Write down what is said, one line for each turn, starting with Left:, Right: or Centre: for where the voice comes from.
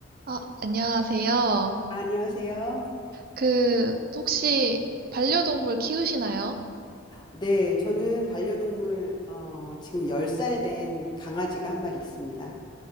Right: 아, 안녕하세요.
Left: 안녕하세요.
Right: 그, 혹시 반려동물 키우시나요?
Left: 네, 저는 반려동물, 어, 지금 10살 된 강아지가 한 마리 있습니다.